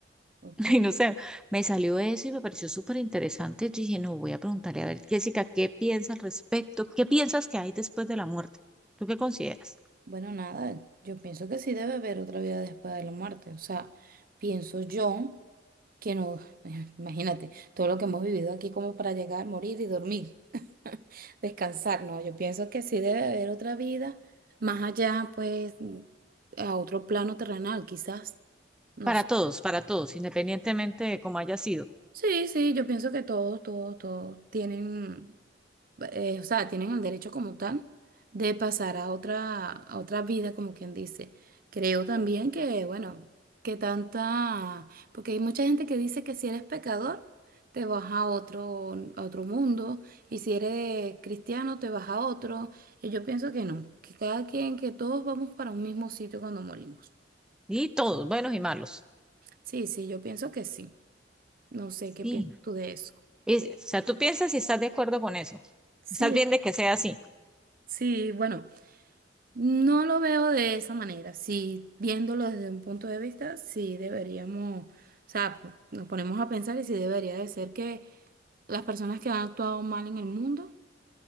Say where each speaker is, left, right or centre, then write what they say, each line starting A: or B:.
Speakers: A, on the right; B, in the centre.
A: Ok,
B: <laughs> Y no sé, me salió eso y me pareció súper interesante. Yo Dije, no, voy a preguntarle a ver, Jessica, ¿qué piensa al respecto? ¿Qué piensas que hay después de la muerte? ¿Tú qué consideras?
A: bueno, nada, yo pienso que sí debe haber otra vida después de la muerte. O sea, pienso yo que no, <laughs> imagínate, todo lo que hemos vivido aquí como para llegar, morir y dormir, <laughs> descansar, no, yo pienso que sí debe haber otra vida más allá, pues, a otro plano terrenal, quizás. No
B: Para
A: sé.
B: todos, para todos, independientemente de cómo haya sido.
A: Sí, sí, yo pienso que todos, todos, todos tienen, eh, o sea, tienen el derecho como tal de pasar a otra, a otra vida, como quien dice. Creo también que, bueno, que tanta, porque hay mucha gente que dice que si eres pecador, te vas a otro, a otro mundo, y si eres cristiano, te vas a otro. Y yo pienso que no, que cada quien, que todos vamos para un mismo sitio cuando morimos.
B: Y todos, buenos y malos.
A: Sí, sí, yo pienso que sí. No sé
B: Sí.
A: qué piensas tú de eso.
B: Y, o sea, tú piensas si estás de acuerdo con eso.
A: Sí.
B: Estás bien de que sea así.
A: Sí, bueno, no lo veo de esa manera. Sí, viéndolo desde un punto de vista, sí deberíamos, o sea, p- nos ponemos a pensar y sí debería de ser que las personas que han actuado mal en el mundo